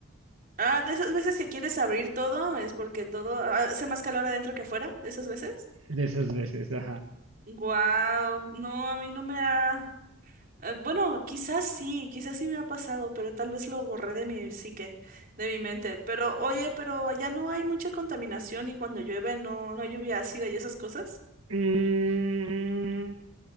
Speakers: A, on the right; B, on the right.
A: Ah, de esas veces que quieres abrir todo, es porque todo ah, hace más calor adentro que afuera, de esas veces.
B: De esas veces, ajá.
A: Wow, no, a mí no me ha... eh, Bueno, quizás sí, quizás sí me ha pasado, pero tal vez lo borré de mi psique, de mi mente. Pero oye, pero allá no hay mucha contaminación y cuando llueve no, no hay lluvia ácida y esas cosas.
B: Mm,